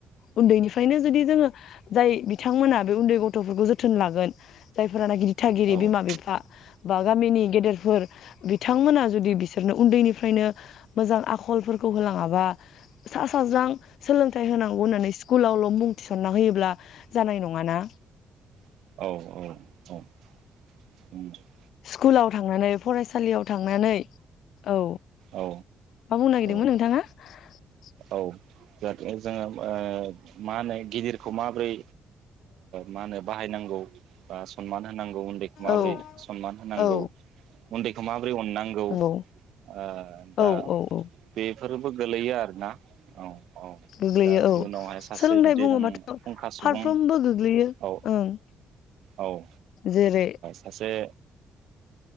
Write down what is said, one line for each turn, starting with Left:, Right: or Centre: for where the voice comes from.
Left: उन्दैनिफ्रायनो जुदि जोङो जाय बि थांमोना बे उन्दै गथ'फोरखौ जोथोन थोन लागोन जायफोर गि दिथागिरि
Right: औ
Left: बिमा
Right: औ
Left: बिफा बागामिनि गेदेरफोर बिथांमोना जुदि बिसोरनो उन्दैनिफ्रायनो मोजां आखलफोरखौ होलाङाबा सा साज्रां सोलोंथाइ होनांगौ होननानै। स्कुलावल' मुं थिसनना होयोब्ला जानाय नङ माना
Right: औ औ औ
Left: स्कुलाव थांनानै फरायसालियाव थांनानै। औ
Right: औ
Left: मा बुंनो नागिरदोंमोन
Right: औ
Left: नोंथाङा ।
Right: औ जाहाथे जोङो मा होनो गिदिरखौ माबोरै मा होनो बाहायनांगौ बा सनमान होन होनांगौ उन्दैखौ माबोरै
Left: औ
Right: सनमान होनांगौ।
Left: औ
Right: उन्दैखौ माब्रै अननांगौ।
Left: नंगौ
Right: ओ दा
Left: औ औ औ
Right: बे बेफोरजोंबो गोलैयो आरोना औ। औ
Left: गोग्लैयो
Right: दा
Left: औ
Right: इयुनावहाय सासे
Left: सोलोंथाइ
Right: जुदि
Left: बुङोबाथ'
Right: नों फुंखा सुबुं
Left: फारफ्रोमबो गोग्लैयो
Right: औ
Left: ओं
Right: औ ओ
Left: जेरै
Right: सासे